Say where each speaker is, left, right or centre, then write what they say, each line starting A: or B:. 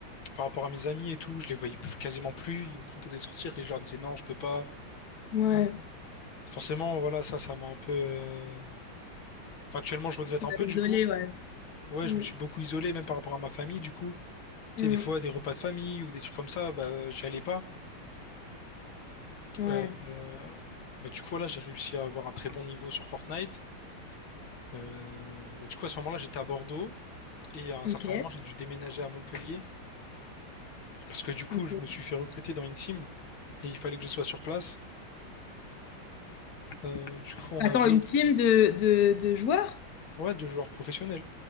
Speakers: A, on the left; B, on the left.
A: par rapport à mes amis et tout. Je les voyais plus- quasiment plus. Ils me proposaient de sortir et je leur disais non, je peux pas.
B: Ouais.
A: Forcément, voilà, ça, ça m'a un peu... euh, Enfin, actuellement, je regrette un peu,
B: Isolé,
A: du coup.
B: ouais.
A: Ouais,
B: Mm,
A: je me suis beaucoup isolé, même par rapport à ma famille, du coup. Tu
B: mm,
A: sais, des fois, des repas de famille ou des trucs comme ça, bah, j'y allais pas.
B: ouais.
A: Euh, euh, mais du coup, là, j'ai réussi à avoir un très bon niveau sur Fortnite. Euh, mais du coup, à ce moment-là, j'étais à Bordeaux. Et à un
B: Ok.
A: certain moment, j'ai dû déménager à Montpellier. Parce que du coup,
B: ok.
A: je me suis fait recruter dans une team. Et il fallait que je sois sur place. Euh, du coup, on
B: Attends,
A: avait
B: une team de, de, de joueurs?
A: ouais, deux joueurs professionnels.